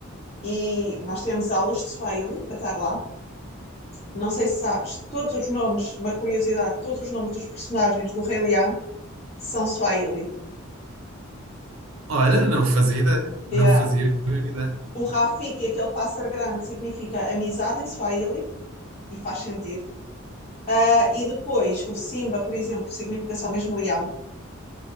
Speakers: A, on the left; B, on the right.
A: e nós tivemos aulas de Swahili para estar lá. Não sei se sabes, todos os nomes, uma curiosidade, todos os nomes dos personagens do Rei Leão são Swahili.
B: Olha, não fazia ideia. Não
A: É,
B: fazia a mínima ideia.
A: O Rafiki, aquele pássaro grande, significa amizade em Swahili e faz sentido. Ah, e depois o Simba, por exemplo, significa só mesmo leão.